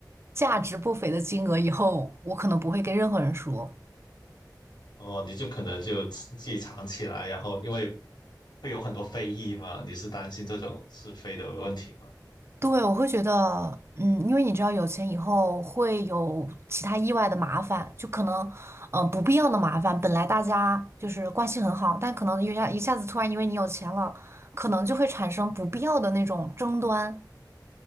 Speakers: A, on the right; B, on the left.
A: 价值不菲的金额以后，我可能不会跟任何人说。
B: 哦，你就可能就自己藏起来，然后因为会有很多非议嘛，你是担心这种是非的问题吗？
A: 对，我会觉得，嗯，因为你知道有钱以后会有其他意外的麻烦，就可能，呃，不必要的麻烦。本来大家就是关系很好，但可能一下一下子突然因为你有钱了，可能就会产生不必要的那种争端。